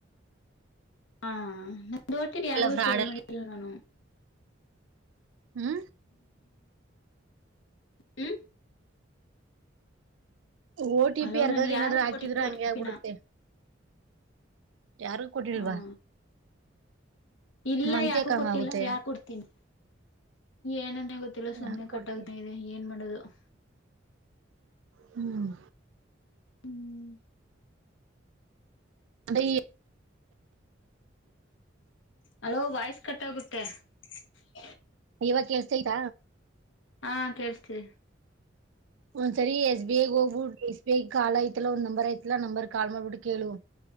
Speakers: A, on the left; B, on the right.
A: ಹಾ ನ ತೋಟಿ ಯಾರಗೂ
B: ಫ್ರಾಡ್
A: ಸೇರ
B: ಅಲ್ಲ
A: ಮುಡಿಲ್ಲ ನಾನು
B: ಹ್ಮ
A: ಹ್ಮ
B: ಓಟಿ
A: ಹಲೋ
B: ಪಿ ಅರ್ಗದ್ರೆ
A: ನನ್ ಯಾರು
B: ಏನಾದ್ರು ಹಾಕಿದ್ರೆ
A: ಕೊಟ್ಟಿಲ್ಲ ಒ
B: ಹಂಗೆ
A: ಟಿ
B: ಆಗ್ಬಿಡುತ್ತೆ
A: ಪಿನ
B: ಯಾರು ಕೊಟ್ಟಿಲ್ವಾ
A: ಹ್ಮ ಇಲ್ಲ
B: ಮಂತ್ಯಕ್
A: ಯಾಕು
B: ಹಂಗ
A: ಕೊಟ್ಟಿಲ್ಲ
B: ಆಗುತ್ತೆ
A: ಯಾಕ ಕೊಡ್ತೀನಿ ಏನಂತ ಗೊತ್ತಿಲ್ಲ
B: ಹ್ಮ
A: ಸುಮ್ನೆ
B: ಯಾರು ಕೊಡ್ತಿ
A: ಕಟ್ಗ ಇದೆ ಏನ್ ಮಾಡೋದು ಹ್ಮ
B: ಹ್ಮ್
A: ಹ್ಮ್
B: ಅದ
A: ಅಲೋ ವಾಯ್ಸ್ ಕಟ್ಟಾಗುತ್ತೆ ತ್ತೆ
B: ಇವಾಗ ಕೆಳಸ್ತೈತ
A: ಹಾ ಕೇಳ್ಸ್ತೀರಿ
B: ಒಂದ್ಸರಿ ಎಸ್ ಬಿ ಐ ಗ್ ಹೋಗ್ಬಿಟ್ಟು ಎಸ್ ಬಿ ಐ ಕಾರ್ಡ್ ಐತಲ್ಲ ನಂಬರ್ ಐತಲ್ಲಾ ನಂಬರ್ ಕಾಲ್ ಮಾಡ್ಬಿಟ್ಟು ಕೇಳು